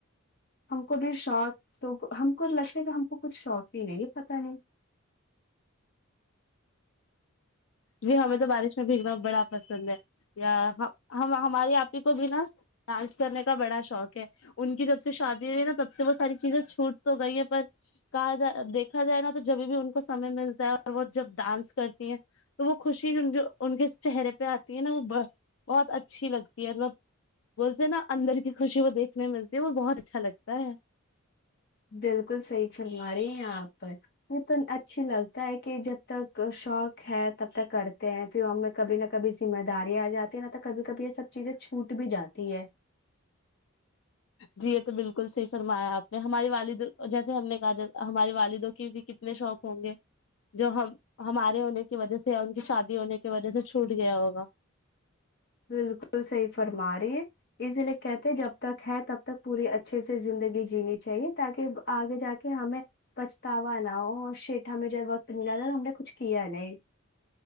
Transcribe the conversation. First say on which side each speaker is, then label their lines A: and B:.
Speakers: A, on the left (about 50°); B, on the left (about 65°).
A: ہم کو بھی شوق تو ہم کو لشے کا ہم کو کچھ شوق ہی نہیں ہے پت نہیں
B: جی
A: نہیں
B: ہمیں تو بارش میں بھیگنا بڑا پسند ہے یا ہم ہمارے آپ کو بھی نا ڈانس کرنے کا بڑا شوق ہے ان کی جب سے شادی ہوئی ہے نا تب سے وہ ساری چیزیں چھوٹ تو گئی ہے پر کہا جائے دیکھا جائے نا تو جبھی بھی ان کو سمے ملتا ہے اور وہ جب ڈانس کرتی ہیں تو وہ خوشی جو ان کے چہرے پہ آتی ہے نا وہ بہت اچھی لگتی ہے مطلب بولتے ہیں نا اندر کی خوشی وہ دیکھنے میں ملتی ہے وہ بہت اچھا لگتا ہے
A: بالکل صحیح فرما رہے ہیں یہاں پر تو اچھی لگتا ہے کہ جب ب تک شوق ہے تب تک کرتے ہیں پھر ہم میں کبھی نہ کبھی ذمہ داری آ جاتی ہے نہ تو کبھی کبھی یہ سب چیزیں چھوٹ بھی جاتی ہے
B: جی یہ تو بالکل صحیح فرمایا آپ نے ہماراری والد جیسے ہم نے کہا ج ہمارے والدوں کی بھی کتنے شوق ہوں گے جو ہم ہمارے ہونے کی وجہ سے یا ان کی شادی ہونے کی وجہ سے چھوٹ گیا ہوگا
A: بالکل صحیح فرما رہی ہے اس لیے کہتے جب تک ہے تب تک پوری اچھے سے زندگی جینی چاہیے تاکہ آگے جا کے ہمیں پچھتاوا نہ ہو شٹ ہمیں جب وقت ملا تھا تو ہم نے کچھ کیا نہیں